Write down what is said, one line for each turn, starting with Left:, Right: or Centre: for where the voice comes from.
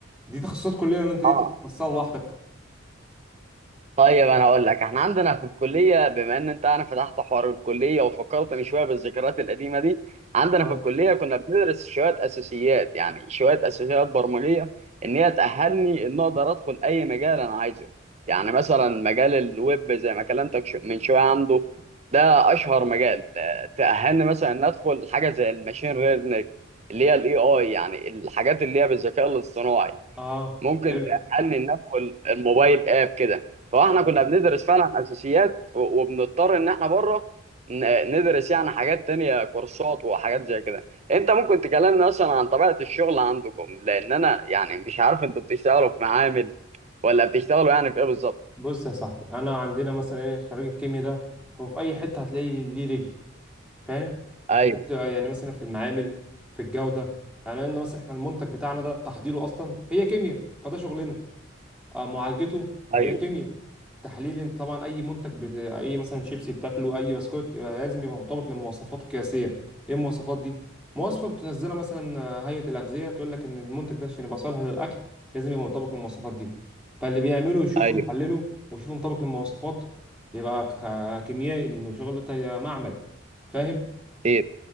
Centre: دي تخصصات كليه ولا انت دي
Right: اه
Centre: تخصصها لوحدك
Right: طيب انا هقول لك احنا عندنا في الكليه بما ان انت انا فتحت حوار الكليه وفكرتني شويه بالذكريات القديمه دي عندنا
Centre: اه
Right: في الكليه كنا بندرس شويه اساسيات يعني شويه اساسيات برمجيه ان هي تاهلني ان اقدر ادخل اي مجال انا عايزه يعني مثلا مجال الويب زي ما كلمتك شو- من شويه عنده ده اشهر مجال آه، تاهلني مثلا ان ادخل حاجه زي الماشين ليرنينج اللي هي الاي اي يعني الحاجات اللي هي بالذكاء الاصطناعي
Centre: اه
Right: ممكن
Centre: حلو
Right: تأني ندخل الموبايل اب كده فاحنا
Centre: آه.
Right: كنا بندرس فعلا اساسيات و- وبنضطر ان احنا بره ن- ندرس يعني حاجات تانية كورسات وحاجات زي كده انت ممكن تكلمنا مثلا عن طبيعة الشغل عندكم لان انا يعني مش عارف انتوا بتشتغلوا في معامل ولا بتشتغلوا يعني في ايه بالظبط
Centre: بص يا صاحبي انا عندنا مثلا ايه خريج الكيمياء ده هو في اي حته هتلاقي ليه رجل فاهم
Right: ايوه
Centre: انت يعني مثلا في المعامل في الجوده يعني لان مثلا احنا المنتج بتاعنا ده تحضيره اصلا هي كيمياء فده شغلنا آه، معالجته فهي
Right: ايوه
Centre: كيمياء تحليل انت طبعا اي منتج بت... اي مثلا شيبسي بتاكله اي بسكوت يبقى لازم يبقى مطابق للمواصفات القياسيه ايه المواصفات دي مواصفه بتنزلها مثلا آه، هيئه الاغذيه تقول لك ان المنتج ده عشان يبقى صالح للاكل لازم يبقى مطابق للمواصفات دي فاللي بيعمله يشوفه
Right: ايوه
Centre: يحلله ويشوفه مطابق للمواصفات يبقى ك- كيميائي لانه شغل بتاع معمل فاهم
Right: اكيد